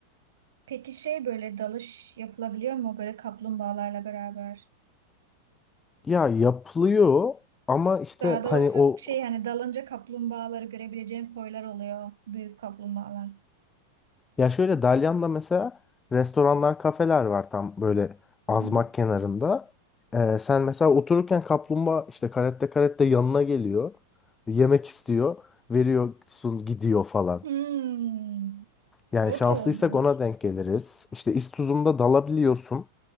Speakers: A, on the right (about 60°); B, on the left (about 15°).
A: Peki şey böyle dalış yapılabiliyor mu böyle kaplumbağalarla beraber?
B: Ya yapılıyor ama işte
A: Daha doğrusu
B: hani o
A: şey hani dalınca kaplumbağaları görebileceğin koylar oluyor. Büyük kaplumbağalar.
B: ya şöyle Dalyan'da mesela restoranlar, kafeler var tam böyle
A: Hı
B: azmak
A: hı.
B: kenarında. E, sen mesela otururken kaplumbağa işte caretta caretta yanına geliyor. Yemek istiyor. Veriyorsun gidiyor falan.
A: Hmm,
B: Yani
A: o
B: şanslıysak
A: da olur.
B: ona denk geliriz. İşte İstuzum'da dalabiliyorsun.